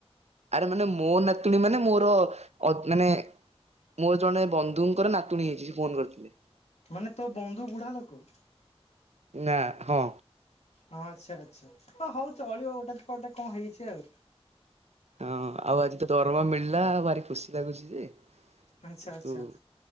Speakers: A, on the right; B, on the left.
A: ଆରେ ମାନେ ମୋ ନାତୁଣୀ ମାନେ ମୋର ଅ ମାନେ ମୋ ଜଣେ ବନ୍ଧୁଙ୍କର ନାତୁଣୀ ହେଇଚି ସେ ଫୋନ କରିଥିଲେ।
B: ମାନେ ତୋ ବନ୍ଧୁ ବୁଢ଼ା ଲୋକ।
A: ନା ହଁ।
B: ହଁ ଆଚ୍ଛା ଆଚ୍ଛା ହ ହୋଉ ଚଳିବ ଗୋଟେ ଗୋଟେ କଣ ହେଇଚି ଆଉ।
A: ହଁ ଆଉ ଆଜି ତ ଦରମା ମିଳିଲା ଭାରି ଖୁସି ଲାଗୁଛି ଯେ
B: ଆଚ୍ଛା
A: କିତୁ
B: ଆଚ୍ଛା